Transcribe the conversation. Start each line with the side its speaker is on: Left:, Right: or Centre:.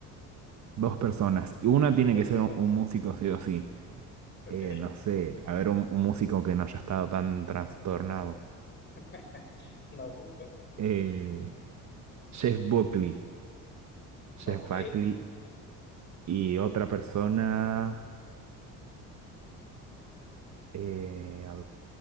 Right: dos personas. Y Una tiene
Left: dos
Right: que ser
Left: personas.
Right: un, un músico sí o sí.
Left: Ok,
Right: eh, no sé, a ver un, un músico que no haya estado tan trastornado.
Left: <laughs> no, gusto.
Right: Eh, Jeff Buckley, Jeff
Left: Ok,
Right: Buckley y otra persona, eh, a